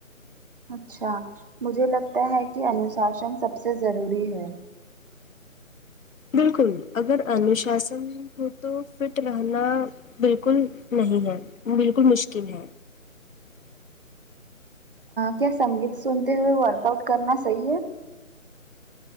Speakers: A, on the right; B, on the left.
A: اچھا مجھے لگتا ہے کہ انوشاسن سب سے ضروری ہے
B: بالکل اگر انوشاسن کو تو فٹ رہنا بالکل نہیں ہے بالکل مشکل ہے
A: کیا سنگیت سنتے ہوئے ورک آؤٹ کرنا صحیح ہے